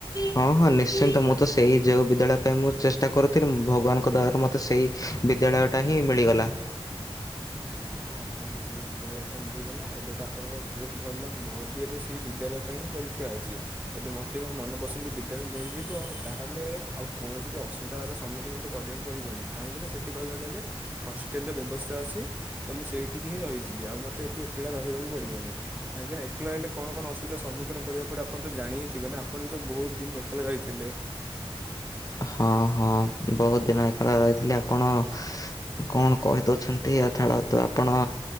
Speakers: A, on the left (about 35°); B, on the right (about 15°).
A: ହଁ ହଁ ନିଶ୍ଚିନ୍ତ ମୁଁ ତ ସେଇ ଯୋଉ ବିଦ୍ୟାଳୟ ପାଇଁ ମୁଁ ଚେଷ୍ଟା କରୁଥିଲି ଭଗବାନଙ୍କ ଦୟାରୁ ମତେ ସେଇ ବିଦ୍ୟାଳୟଟା ହିଁ ମିଳିଗଲା।
B: ଯାହା ହଉ ଆପଣଙ୍କ ସେଇ ବିଦ୍ୟାଳୟଟା ମିଳିଗଲା ଏବେ ତ ଆପଣଙ୍କ ବହୁତ ଭଲ ମୋର ବି ଏବେ ସେଇ ବିଦ୍ୟାଳୟ ପାଇଁ ହିଁ ପରୀକ୍ଷା ଅଛି, ଯଦି ମୋତେ ମୋ ମନପସନ୍ଦ ବିଦ୍ୟାଳୟ ମିଳିଯିବ ତାହେଲେ ଆଉ କୌଣସି ବି ଅସୁବିଧାର ସମ୍ମୁଖୀନ ମୋତେ କରିବାକୁ ପଡ଼ିବନି, କାହିଁକିନା ସେଇଠି କହିବାକୁ ଗଲେ ହଷ୍ଟେଲର ବ୍ୟବସ୍ଥା ଅଛି ତ ମୁଁ ସେଇଠିକି ହିଁ ରହିଯିବି ଆଉ ମତେ ଏଠି ଏକଲା ରହିବାକୁ ପଡିବନି, କାହିଁକିନା ଏକଲା ରହିଲେ କଣ କଣ ଅସୁବିଧା ସମ୍ମୁଖୀନ କରିବାକୁ ପଡେ ଆପଣ ତ ଜାଣି ହିଁ ଥିବେ ନା, ଆପଣ ବି ତ ବହୁତ ଦିନ ଏକଲା ରହିଥିଲେ।
A: ହଁ ହଁ ବହୁତ ଦିନ ଏକଲା ରହିଥିଲି ଆପଣ କଣ କହିଦଉଛନ୍ତି ଆଉ ଛାଡନ୍ତୁ ଆପଣ